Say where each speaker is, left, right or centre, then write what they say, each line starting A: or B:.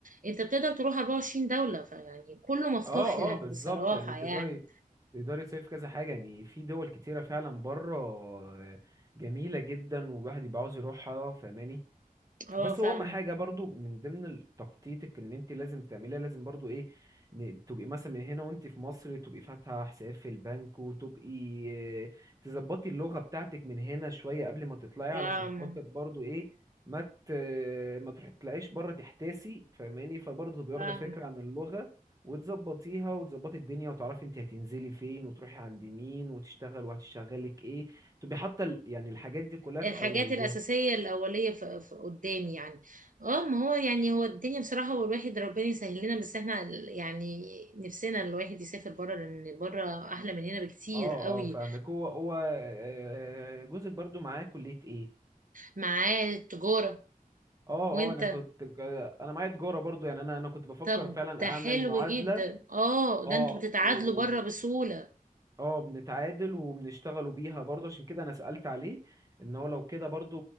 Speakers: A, on the right; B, on the right.
A: انت بتقدر تروح 24 دولة فيعني كله مفتوح
B: اه
A: لك
B: اه بالظبط
A: بصراحة
B: يعني تقدري
A: يعني
B: تقدري تصيف كذا حاجه يعني في دول كتيره فعلا بره آه، جميله جدا والواحد يبقى عاوز يروحها فاهماني
A: اه
B: بس
A: فاهمة
B: هو اهم حاجه برضو من ضمن تخطيطك ان انت لازم تعمليها لازم برضو ايه ن- تبقي مثلا من هنا وانت في مصر تبقي فاتحه حساب في البنك وتبقي آه، تظبطي اللغه بتاعتك من هنا شويه قبل ما تطلعي
A: فاهمة
B: علشان خاطر برضو ايه ما ت... ما تروحي تطلعيش بره تحتاسي فاهماني فبرضو تبقي واخده
A: فاهمة
B: فكره عن اللغه وتظبطيها وتظبطي الدنيا وتعرفي انت هتنزلي فين وتروحي عند مين وتشتغل وهتشتغلك ايه تبقي حاطه ال- يعني الحاجات دي كلها
A: الحاجات
B: في اولويات
A: الأساسية الأولية في في قدامي يعني اه ما هو يعني هو الدنيا بصراحة والواحد ربنا يسهل لنا بس احنا ال- يعني نفسنا الواحد يسافر بره لأن بره أحلى من هنا بكتير
B: اه
A: قوي
B: اه فاهمك هو هو آه، جوزك برضو معاه كلية ايه
A: معاه التجارة
B: اه
A: وانت
B: اه انا كنت انا معايا تجارة برضو يعني انا انا كنت بفكر
A: طب
B: فعلا
A: ده
B: اعمل
A: حلو
B: معادلة
A: جدا اه ده
B: اه
A: انتوا بتتعادلوا
B: و
A: بره بسهولة
B: اه بنتعادل وبنشتغلوا بيها برضو عشان كده انا سألت عليه ان هو لو كده برضو